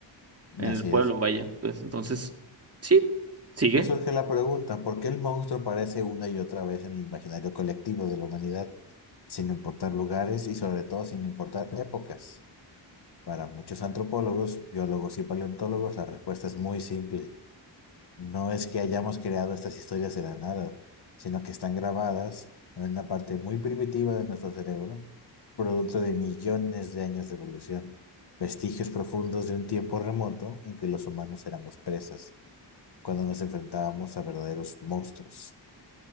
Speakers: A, on the right (about 30°); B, on the left (about 60°).
A: en
B: Así
A: el pueblo,
B: es.
A: vaya. Pues entonces, sí, sigue.
B: Surge la pregunta, ¿por qué el monstruo aparece una y otra vez en el imaginario colectivo de la humanidad, sin importar lugares y sobre todo sin importar épocas? Para muchos antropólogos, biólogos y paleontólogos, la respuesta es muy simple. No es que hayamos creado estas historias de la nada, sino que están grabadas en una parte muy primitiva de nuestro cerebro, producto de millones de años de evolución, vestigios profundos de un tiempo remoto en que los humanos éramos presas cuando nos enfrentábamos a verdaderos monstruos.